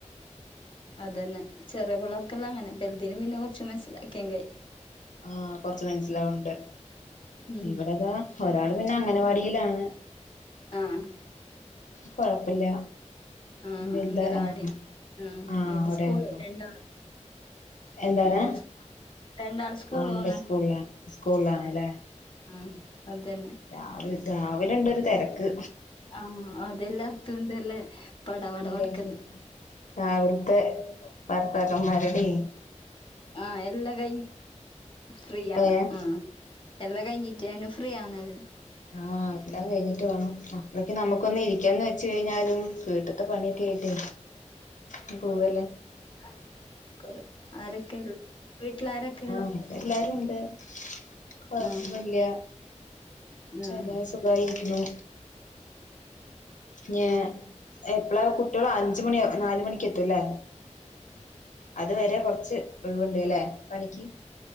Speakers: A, on the left (about 40°); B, on the left (about 85°).
A: അത് തന്നെ ചെറിയ പിള്ളോർക്കെല്ലാം അങ്ങനെ വലുതിന് പിന്നെ ച്ചു മനസ്സിലാക്കിയെങ്കി ആയി
B: ആഹ് കൊറച്ച് മനസ്സിലാവണ്ട്
A: ഉം
B: ഇവിടിതാ ഒരാള് പിന്നെ അംഗനവാടിയിലാണ്
A: ആഹ്
B: കുഴപ്പില്ല
A: ആഹ്
B: വലത
A: അങ്കലവാടി
B: ആഹ്
A: ഉം
B: ആഹ്
A: ഈടെ
B: അവിടെയാണല്ലോ
A: സ്കൂള് രണ്ടാ
B: എന്താണ്
A: രണ്ടാള് സ് രണ്ടാള് സ്കൂള്
B: ആഹ് ഇല്ല
A: പോന്ന്
B: സ്കൂളില സ്കൂളിലാണ് അല്ലെ
A: ആഹ് അതന്നെ
B: രാവിലെ രാവിലെ ഉണ്ട്‌ ഒരു തിരക്ക്
A: ആഹ് അതെല്ലാടുത്തുണ്ടല്ലേ പട പട
B: ഉണ്ട്
A: പടക്കന്ന്
B: ഉണ്ട് രാവിലത്തെ ഭർത്താക്കന്മാരുടെ
A: ആഹ് എല്ലാ കൈ ഫ്രീ ആണ്
B: ഏഹ്
A: ഉം എല്ലാം കഴിഞ്ഞിട്ടാണ് ഫ്രീ ആകുന്നത്
B: ആഹ് എല്ലാം കഴിഞ്ഞിട്ട് വേണം അപ്പോഴേക്ക് നമുക്കൊന്ന് ഇരിക്കന്ന് വെച്ച കഴിഞ്ഞാലും കേട്ട് അടുത്ത പണിയൊക്കെ കേട്ടേ എങ്കിപൂവല്ലേ
A: ആ ആരൊക്കെയ ഉള് വീട്ടില ആരൊക്കെയ ഉള്ള
B: ഇടെ എല്ലാരും ഉണ്ട് കുഴപ്പന്നൂല്യ
A: ആ
B: ചല്ല
A: ആ
B: സുഖയിരിക്കുന്നു ഞ്യാ എപ്പളാ കുട്ടിയൾ അഞ്ച് മണി നാല് മണിക്ക് എത്തല്ലേ അത് വരെ കൊറച്ച് ഒഴവുണ്ട് അല്ലെ പണിക്ക്